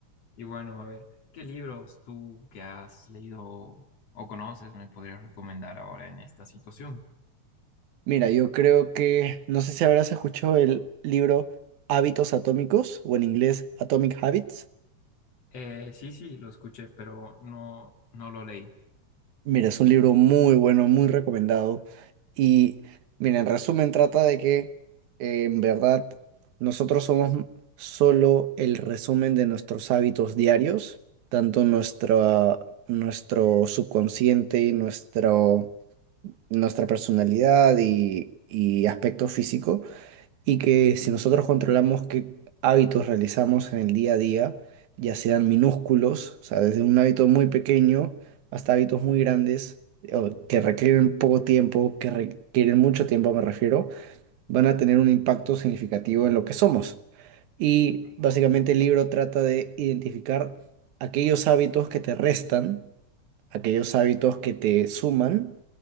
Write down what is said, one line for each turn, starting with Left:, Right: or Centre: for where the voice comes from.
Left: Y bueno, a ver, ¿qué libros tú que has leído o conoces me podrías recomendar ahora en esta situación?
Right: Mira, yo creo que, no sé si habrás escuchado el libro Hábitos Atómicos o en inglés Atomic Habits.
Left: Eh, sí, sí, lo escuché, pero no, no lo leí.
Right: Mira, es un libro muy bueno, muy recomendado. Y mira, en resumen trata de que eh, en verdad nosotros somos solo el resumen de nuestros hábitos diarios, tanto nuestra, nuestro subconsciente, nuestro, nuestra personalidad y, y aspecto físico. y que si nosotros controlamos qué hábitos realizamos en el día a día, ya sean minúsculos, o sea, desde un hábito muy pequeño hasta hábitos muy grandes, o que requieren poco tiempo, que requieren mucho tiempo, me refiero, van a tener un impacto significativo en lo que somos. Y básicamente el libro trata de identificar aquellos hábitos que te restan, aquellos hábitos que te suman